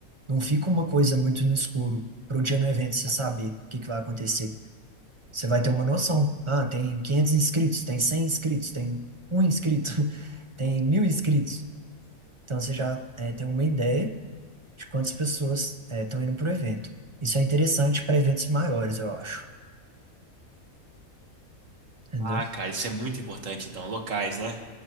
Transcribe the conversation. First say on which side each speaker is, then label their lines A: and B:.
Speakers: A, on the right (about 25°); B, on the right (about 60°).
A: Não fica uma coisa muito no escuro para o dia do evento você saber o que que vai acontecer. Você vai ter uma noção. Ah, tem 500 inscritos, tem 100 inscritos, tem um inscrito, <laughs> tem mil inscritos. Então você já é, tem uma ideia de quantas pessoas eh, estão indo para o evento. Isso é interessante para eventos maiores, eu acho. Entendeu?
B: Ah, cara, isso é muito importante então, locais, né?